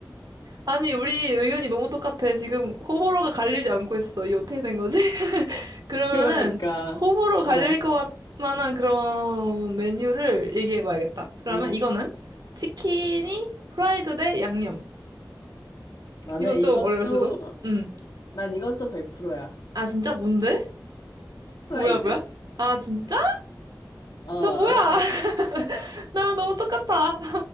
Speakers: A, on the right (about 70°); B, on the left (about 65°).
A: 아니, 우리 의견이 너무 똑같아. 지금 호불호가 갈리지 않고 있어. 이게 어떻게 된 거지? <laughs> 그러면은,
B: 그러니까,
A: 호불호
B: 어,
A: 갈릴 것 같- 만한 그런 메뉴를 얘기해 봐야겠다. 그러면
B: 어,
A: 이거는? 치킨이 프라이드 대 양념.
B: 나는
A: 이건
B: 이것도,
A: 좀 어려울 수도. 음.
B: 난 이것도 100%야.
A: 아, 진짜? 뭔데?
B: 후라이드.
A: 뭐야, 뭐야? 아, 진짜?
B: 어,
A: 너 뭐야?
B: 나 후라이드야.
A: <laughs> 나랑 너무 똑같아.